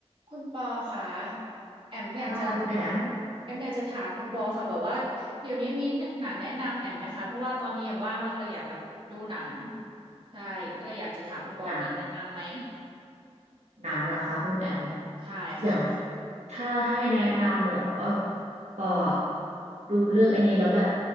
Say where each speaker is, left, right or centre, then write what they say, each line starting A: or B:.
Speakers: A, on the right; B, on the right.
A: คุณปอค่ะแอมอยากจะ
B: ป้าคุณแอม
A: แอมอยากจะถามคุณปอค่ะแบบว่าเดี๋ยวนี้มีหนังแนะนำแอมไหมคะเพราะว่าตอนนี้แอมว่างมากเลยอยากแบบดูหนังใช่ก็เลยอยากจะถามคุณปอมีแนะนำไหม
B: หนังหนังเหรอคะคุณแอม
A: ใช่ค่ะ
B: อย่างถ้าให้แนะนำเหรอปอดูเรื่องอันนี้แล้วแบบ